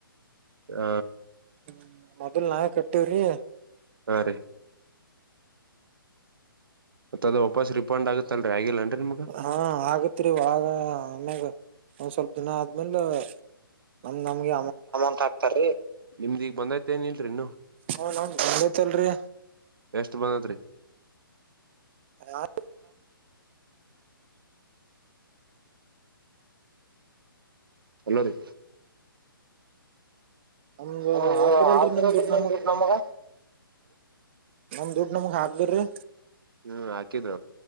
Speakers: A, on the right; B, on the right.
A: ಹ
B: ಹ್ಮ ಮೊದಲ್ ನಾವೇ ಕಟ್ಟಿವವ್ರಿ
A: ಹಾ ರೀ ಮತ್ತ ಅದು ವಾಪಸ್ ರಿಫಂಡ್ ಆುತ್ತತ್ತಲ್ರಿ ಆಗಿಲ್ಲ ಅ್ರ ನಿಮ್
B: ಹಾ ಆಗತ್ರಿೀ ಆಾಗ ಆಮ್ಯಾಗ ಒ್ ಸ್ವಲ್ಪ ದಿನ ಆದ್ಮೇಲೆ ನಮ್ ನಮ್ಗೆ
A: ಂತತ್ ಹಾಕ್ತಾರೀ ನಿಮ್ದಿಗ್ ಬಂದೈತೆ ಏನ್ನ್ರರಿನು
B: ಹ ನ ನೈತಲ್ರಿ
A: ಎಷ್ಟ್ ಬಂದದ್ರರಿ
B: ಹ
A: ಎಲ್ಲೋ ರ
B: ನಮ್ದು
A: ನ
B: ಹಾಕ್ದ್ರಲ್ರಿ
A: ಆ್ರಲ್
B: ನಮ್ ದುಡ್ಡು
A: ನ ನಮಗ
B: ನಮ್ ದುಡ್ ನಮ್ಗ್ ಹಾಬ್ರರಿ
A: ಹ್ಮ್ ಹಾಕಿದ್